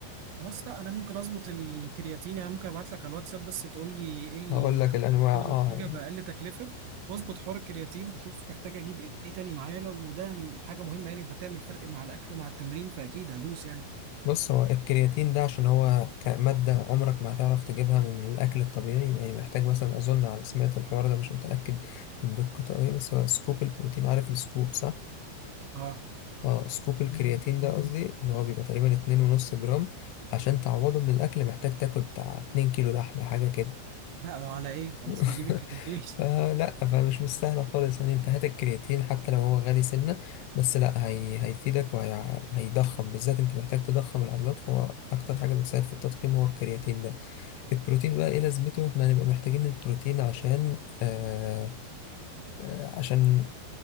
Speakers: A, on the right; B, on the left.
A: خلاص لا انا ممكن اظبط الكرياتين يعني ممكن ابعت لك على الواتساب بس تقول لي ايه المكملات
B: هقول لك الانواع
A: اللي
B: اه
A: انا محتاجها باقل تكلفه واظبط حوار الكرياتين وشوف محتاج اجيب ايه تاني معايا لو ده م- حاجه مهمه يعني هتعمل فرق مع الاكل ومع التمرين فاكيد هدوس يعني
B: بص هو الكرياتين ده عشان هو كمادة عمرك ما هتعرف تجيبها من الأكل الطبيعي يعني محتاج مثلا أظن على سمعة الحوار ده مش متأكد من دقته أوي بس هو سكوب البروتين عارف السكوب صح؟
A: اه
B: اه سكوب الكرياتين ده قصدي اللي هو بيبقى تقريبا اتنين ونص جرام عشان تعوضه من الأكل محتاج تاكل بتاع اتنين كيلو لحمة حاجة كده
A: لا على ايه خلاص
B: <laughs>
A: نجيب الكرياتين
B: فلا فمش مستاهلة خالص يعني انت هات الكرياتين حتى لو هو غالي سنة بس لا هي هيفيدك وهيضخم بالذات انت محتاج تضخم العضلات فهو اكتر حاجة بتساعد في التضخيم هو الكرياتين ده البروتين بقى ايه لازمته احنا هنبقى محتاجين البروتين عشان آه آه عشان